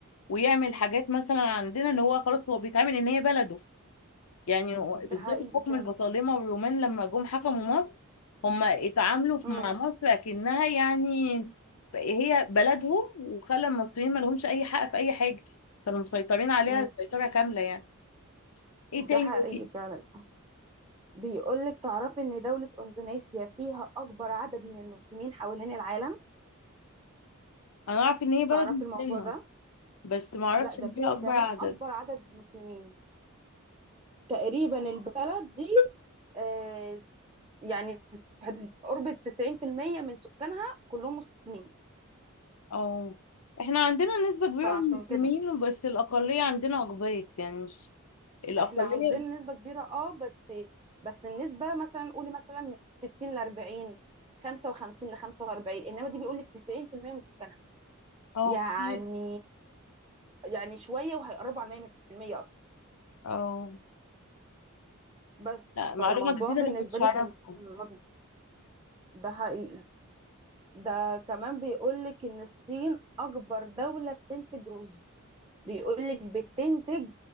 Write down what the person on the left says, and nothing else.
ويعمل حاجات مثلا عندنا اللي هو خلاص هو بيتعامل ان هي بلده يعني هو-
بالذات
الحكم
البطالمة والرومان لما جم حكموا مصر هم اتعاملوا
مع مصر اكنها يعني هي بلدهم وخلى المصريين ما لهمش اي حق في اي حاجة كانوا مسيطرين عليها
سيطرة كاملة يعني ايه
تاني
إيه؟
انا اعرف ان هي بلد
مسلمة
بس ما اعرفش
ان
فيها اكبر
عدد
اه احنا عندنا نسبة كبيرة
من المسلمين
بس الأقلية عندنا أقباط يعني مش الأقلية
اه
كتير
اه
لا معلومة
جديدة
ما كنتش
أعرفها